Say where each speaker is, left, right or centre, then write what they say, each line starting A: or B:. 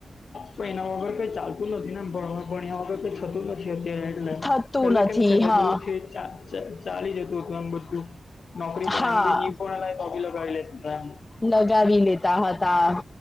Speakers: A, on the left; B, on the left.
A: પણ એના વગર કઈ ચાલતું નથી ને એમ ભ ભાણિયા વગર કઈ થતું નથી અત્યારે. એટલે
B: થતું
A: પેલે
B: નથી
A: કેમ છે કે
B: હા
A: બધું થી ચાલી જતું હતું આમ બધું નોકરી
B: હા
A: પર એમ બી ની ભણાવે તો બી લગાડી લેતા
B: લગાવી લેતા હતા